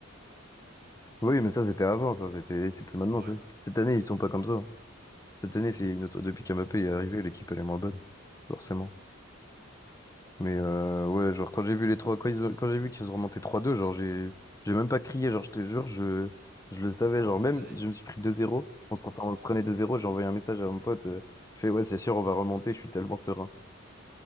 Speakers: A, on the left (about 15°); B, on the right (about 50°).
A: Oui, mais ça c'était avant, ça, c'était c'est plus maintenant
B: Ouais,
A: ça. Cette année, ils sont pas comme ça. Cette
B: ouais.
A: année, c'est une autre depuis qu'Mbappé est arrivé, l'équipe elle est moins bonne, forcément. Mais euh, ouais, genre quand j'ai vu les trois, quand, ils ont- quand j'ai vu qu'ils ont remonté trois deux genre j'ai j'ai même pas crié, genre je te jure, je, je le savais, genre
B: Tu
A: même
B: savais.
A: je me suis pris deux zéro on se, pre- on se prenait deux zéro j'ai envoyé un message à mon pote, euh, je fais ouais, c'est sûr, on va remonter, je suis tellement serein.